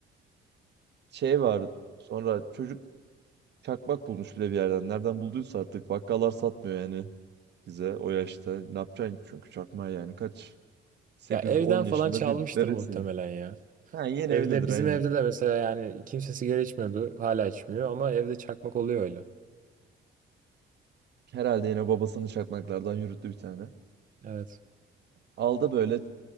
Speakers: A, on the right; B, on the right.
A: Şey var. Sonra çocuk çakmak bulmuş bile bir yerden. Nereden bulduysa artık. Bakkallar satmıyor yani bize o yaşta. Ne yapacaksın çünkü çakmağı yani kaç? 8-10
B: Ya evden falan
A: yaşında
B: çalmıştır
A: bir bebesin.
B: muhtemelen ya.
A: Ha yine
B: Evde
A: öyledir
B: bizim
A: aynen.
B: evde de mesela yani kimse sigara içmiyordu. Hala içmiyor ama evde çakmak oluyor öyle.
A: Herhalde yine babasının çakmaklardan yürüttü bir tane.
B: Evet.
A: Aldı böyle